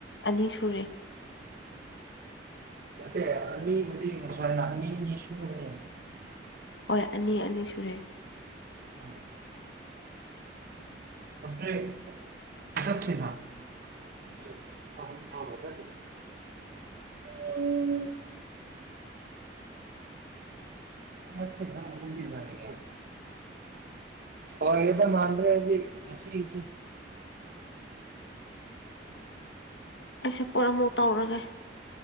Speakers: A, on the left; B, on the right.
A: ꯑꯅꯤ ꯁꯨꯔꯦ
B: ꯅꯇꯦ ꯑꯅꯤꯕꯨꯗꯤ ꯉꯁꯥꯢꯅ ꯑꯅꯤꯅꯤ ꯁꯨꯕꯅꯤ
A: ꯍꯣꯏ ꯑꯅꯤ ꯑꯅꯤ ꯁꯨꯔꯦ
B: ꯑꯣ <unintelligible> <unintelligible> <inaudible> ꯑꯣꯏꯒꯗꯧꯕ ꯃꯥꯟꯗ꯭ꯔꯦ ꯉꯁꯤ ꯁꯤ
A: ꯑꯩꯁꯦ ꯄꯣꯠꯃꯨꯛ ꯇꯧꯔꯒꯦ